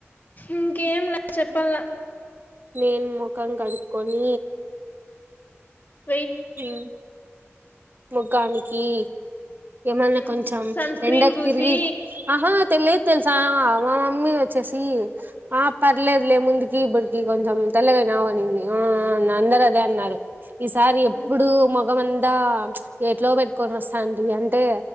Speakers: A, on the left; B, on the right.
A: ఇంకేం లే చెప్పావ
B: నేన్ ముఖం కడుక్కోని
A: మ్
B: ఉమ్. ముఖానికి ఏమన్నా
A: ఉమ్
B: కొంచెం
A: సన్ స్క్రీన్
B: ఎండకు
A: పూసి
B: తిరిగి ఆహా తెలిద్. తెలుసా మా మమ్మీ వచ్చేసి ఆ పర్లేద్ లే ముందు ఇ బడికి కొంచెం తెల్లగయి నవ్ అని ఒ అందరు అదే అన్నారు ఈసారి ఇప్పుడు
A: ఉమ్
B: మా మొఖామంతా ఎట్లో పెట్టుకొని వస్తాంది అంతె